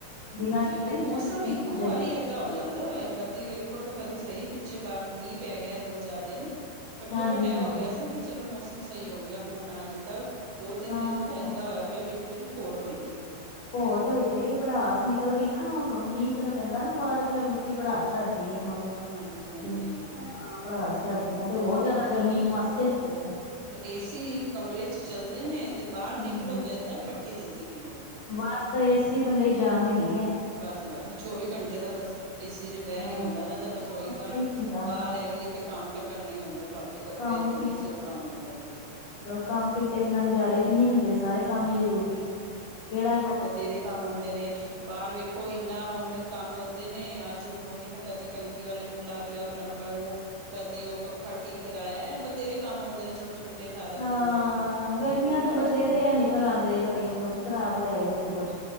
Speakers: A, on the right (about 75°); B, on the left (about 90°).
A: ਹਾਂਜੀ
B: ਬਿਨਾਂ ਕੀਤੇ
A: ਮੌਸਮ
B: ਗੁਜ਼ਾਰੇ ਵੀ
A: ਇੱਕੋ
B: ਨੀ ਹੁੰਦੇ
A: ਵਾਰੀ। ਠੰਡਾ ਹੋ ਜਾਂਦਾ ਵੇ ਕਦੀ ਵੇਖੋ ਤਾਂ ਕਦੀ ਸਹੀ ਪਿੱਛੇ ਬਾ ਮੀਂਹ ਪੈ ਗਿਆ ਦੋ ਚਾਰ ਦਿਨ। ਘੱਟੋ-
B: ਹਾਂਜੀ
A: ਘੱਟ ਇਹ
B: ਹਾਂਜੀ
A: ਹੋ ਗਿਆ ਸੀ ਕਿ ਚਲੋ ਮੌਸਮ ਸਹੀ ਹੋ ਗਿਆ ਹੁਣ ਅੱਜ ਤਾਂ ਦੋ ਤਿੰਨ
B: ਹਾਂ
A: ਦਿਨ ਤੇ। ਬਿਲਕੁਲ ਹੀ ਕੋਟ ਹੋਈ ਬਿਲਕਲ <unintelligible>
B: ਘੋਟ ਹੋਈ ਪਈ ਏ ਪੜਾਸ ਨਿਕਲਦੀ। ਮੀਂਹ ਜਦੋਂ ਪੈਂਦਾ ਨਾ ਬਾਅਦ ਫੇਰ ਉਹ ਮਿੱਟੀ ਪੜਾਸ ਛੱਡਦੀ ਹੈ ਮਤਲਬ
A: ਹਾਂਜੀ ਹਾਂਜੀ
B: ਜ਼ਮੀਨ। ਨਾ ਪੜਾਸ ਛੱਡਦੀਆਂ ਤੇ
A: ਉਹ
B: ਹੋਰ ਜਿਆਦਾ ਗਰਮੀ ਮਾਸੇ ਲੱਗਦੇ।
A: ਏ ਸੀ ਕਮਰੇ ਚ ਚੱਲਦੇ ਨੇ। ਤੇ ਬਾਹਰ ਨਿਕਲੋ
B: ਹਮ
A: ਤਾਂ ਇਦਾਂ ਪੱਟੀ ਜਲਦੀ ਪਈ ਹੈ
B: ਬਸ ਏ ਸੀ। ਥੱਲੇ ਜਾਣਗੇ।
A: ਬਸ- ਬਸ ਚੌਵੀ ਘੰਟੇ ਤਾਂ ਬਸ ਏਸੀ 'ਚ' ਬਹਿ
B: ਹਾਂ
A: ਨੀ ਆਉਂਦਾ ਨਾ ਰਸੋਈ
B: ਨਹੀਂ
A: ਤਾਂ।
B: ਹੁੰਦਾ
A: ਬਾਹਰ
B: ਹਾਂ
A: ਹੈਗੀ ਹੈ ਤੇ ਕੰਮ ਤਾਂ ਕਰਨਾ ਹੀ ਹੁੰਦਾ ਭਾਬੀ ਕੱਪੜੇ
B: ਕੰਮ
A: ਧੋਣੇ
B: ਕੀਤੇ
A: ਸੌ ਕੰਮ ਆਉਂਦਾ ਵਾ।
B: ਕੰਮ ਕੀਤੇ ਬਿਨਾਂ ਗੁਜਾਰੇ ਵੀ ਨੀ ਹੁੰਦੇ ਸਾਰੇ ਕੰਮ ਹੀ ਜ਼ਰੂਰੀ ਏ ਕਿਹੜਾ।
A: ਤੇਰੇ ਕੰਮ ਆਉਂਦੇ ਨੇ ਬਾਹਰ ਵੇਖੋ ਇੰਨਾ ਹੁਣ ਕੰਮ ਆਉਂਦੇ ਨੇ ਅੱਜ। ਉਹੀ ਨਾ ਕਦੀ ਟੰਕੀ ਵਾਲੇ ਨੂੰ ਬੁਲਾ ਕੇ ਲਿਆਓ ਪਲੰਬਰ ਨੂੰ ਕਦੀ ਉਹ। ਪੱਖਾ ਠੀਕ ਕਰਾਇਆ ਏ ਬਥੇਰੇ ਕੰਮ ਆਦੇ ਨੇ ਛੋਟੇ- ਛੋਟੇ। ਸਾਰਾ
B: ਹਾਂ
A: ਦਿਨ ਦੇ
B: ਗਰਮੀਆਂ
A: ਕਹਿੰਦੇ
B: ਤੇ
A: ਭੱਜ
B: ਬਥੇਰੇ
A: ਦੌੜ
B: ਆ
A: ਏ
B: ਨਿਕਲ ਆੰਦੇ ਕਦੇ ਕੁਛ ਖ਼ਰਾਬ ਹੋਇਆ ਏ ਤੇ ਕਦੀ ਕੁਝ।